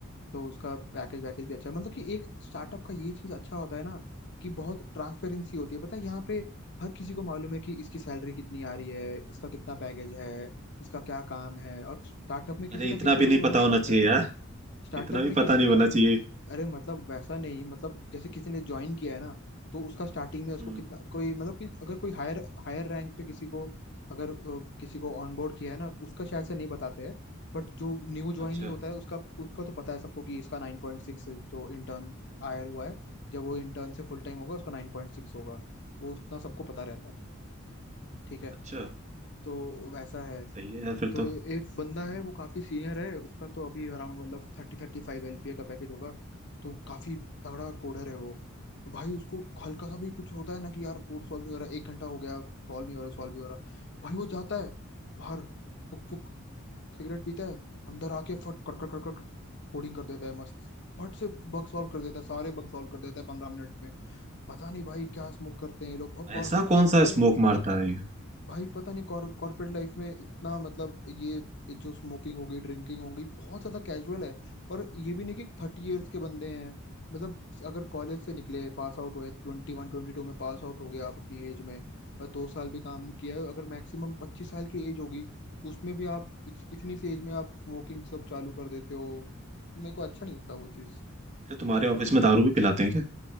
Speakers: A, on the left; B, on the right.
A: तो उसका पैकेज वैकेज भी अच्छा है मतलब कि एक स्टार्टअप का ये चीज अच्छा होता है ना कि बहुत ट्रांसपेरेंसी होती है पता है यहाँ पे हर किसी को मालूम है कि इसकी सैलरी कितनी आ रही है इसका कितना पैकेज है इसका क्या काम है और स्टार्टअप में किसी
B: अरे
A: का
B: इतना
A: फिक्स रोल
B: भी नहीं पता
A: नहीं
B: होना
A: होता
B: चाहिए
A: है
B: यार
A: स्टार्टअप
B: इतना भी
A: में किसी
B: पता नहीं
A: का
B: होना चाहिए
A: अरे मतलब वैसा नहीं मतलब जैसे किसी ने ज्वाइन किया है ना तो उसका स्टार्टिंग में उसको
B: हम्म
A: कितना कोई मतलब कि अगर कोई हायर हायर रैंक पे किसी को अगर अ, किसी को ऑनबोर्ड किया है ना उसका शायद से नहीं बताते हैं बट जो न्यू ज्वाइन
B: अच्छा
A: ही होता है उसका उसका तो पता है सबको कि इसका नाइन पॉइंट सिक्स जो इंटर्न हायर हुआ है जब वो इंटर्न से फुल टाइम होगा उसका नाइन पॉइंट सिक्स होगा वो उतना सबको पता रहता है ठीक है
B: अच्छा
A: तो वैसा है
B: सही है यार फिर
A: तो
B: तो
A: एक बंदा है वो काफी सीनियर है उसका तो अभी अराउंड मतलब थर्टी थर्टी फाइव एलपीए का पैकेज होगा तो काफी तगड़ा कोडर है वो तो भाई उसको हल्का सा भी कुछ होता है ना कि यार कोड सॉल्व नहीं हो रहा एक घंटा हो गया सॉल्व नहीं हो रहा सॉल्व नहीं हो रहा भाई वो जाता है बाहर फुक फुक फुक सिगरेट पीता है अंदर आके फट कट कट कट कट कोडिंग कर देता है मस्त फट से बग सॉल्व कर देता है सारे बग सॉल्व कर देता है पंद्रह मिनट में पता नहीं भाई क्या स्मोक करते हैं ये लोग और कॉर्पोरेट
B: ऐसा
A: लाइफ
B: कौन सा
A: में
B: स्मोक मारता है
A: भाई पता नहीं कॉर्पोरेट लाइफ में इतना मतलब ये जो स्मोकिंग हो गई ड्रिंकिंग हो गई बहुत ज्यादा कैजुअल है और ये भी नहीं कि थर्टी इयर्स के बंदे हैं मतलब अगर कॉलेज से निकले पास आउट हुए ट्वेंटी वन ट्वेंटी टू में पास आउट हो गए आप अपनी एज में और दो साल भी काम नहीं किया अगर मैक्सिमम पच्चीस साल की एज होगी उसमें भी आप इत, इतनी सी एज में आप स्मोकिंग सब चालू कर देते हो मेरे को अच्छा नहीं लगता वो चीज़
B: क्या तुम्हारे ऑफिस में दारू भी पिलाते हैं क्या